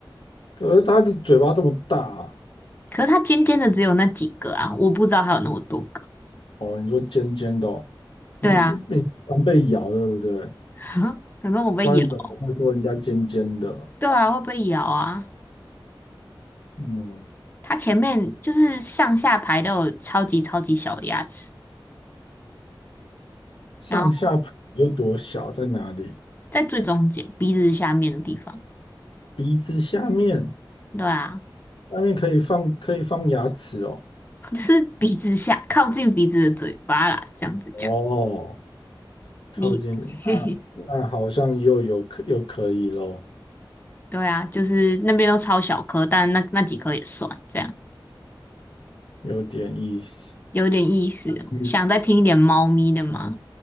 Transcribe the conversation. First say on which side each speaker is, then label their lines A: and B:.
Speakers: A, on the left; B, on the left.
A: 可是它的嘴巴这么大啊
B: 可是它尖尖的只有那几个啊，我不知道还有那么多个。
A: 哦，你说尖尖的哦，
B: 对啊，
A: 嗯，你常被咬对不对？
B: <laughs> 可能我被咬。
A: 不然怎么会说人家尖尖的？
B: 对啊，会被咬啊。
A: 嗯，
B: 它前面就是上下排都有超级超级小的牙齿，
A: 上下排有多小在哪里？
B: 然后在最中间鼻子下面的地方。
A: 鼻子下面，
B: 对啊，
A: 下面可以放可以放牙齿哦。
B: <laughs> 就是鼻子下靠近鼻子的嘴巴啦，这样子讲。
A: 哦，靠近，
B: 你，<laughs> 嘿嘿，
A: 那好像又有可又可以咯，
B: 对啊，就是那边都超小颗，但那那几颗也算，这样
A: 有点意思。
B: 有点意思哦想再听一点猫咪的吗？
A: 嗯，